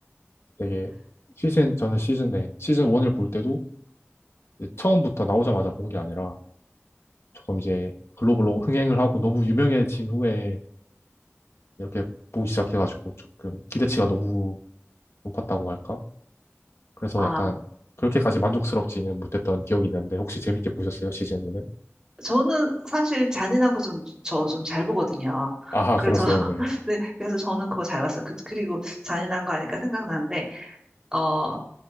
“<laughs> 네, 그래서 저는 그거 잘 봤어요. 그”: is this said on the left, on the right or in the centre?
Right